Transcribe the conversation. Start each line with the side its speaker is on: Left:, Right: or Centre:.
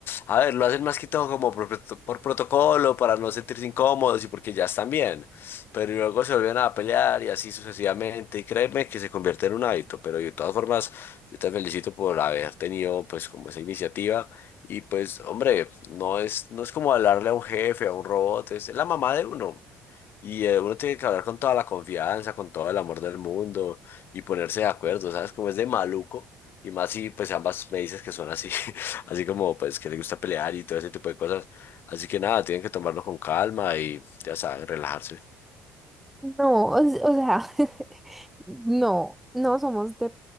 Left: a ver, lo hacen más que todo como por, proto- por protocolo, para no sentirse incómodos y porque ya están bien, pero luego se vuelven a pelear y así sucesivamente, y créeme que se convierte en un hábito, pero de todas formas, yo te felicito por haber tenido pues como esa iniciativa y pues, hombre, no es, no es como hablarle a un jefe, a un robot, es la mamá de uno. Y eh, uno tiene que hablar con toda la confianza, con todo el amor del mundo y ponerse de acuerdo, ¿sabes? Como es de maluco. Y más si pues ambas me dices que son así, <laughs> así como pues que le gusta pelear y todo ese tipo de cosas. Así que nada, tienen que tomarlo con calma y ya saben, relajarse.
Centre: No, o, s- o sea, <laughs> no, no somos de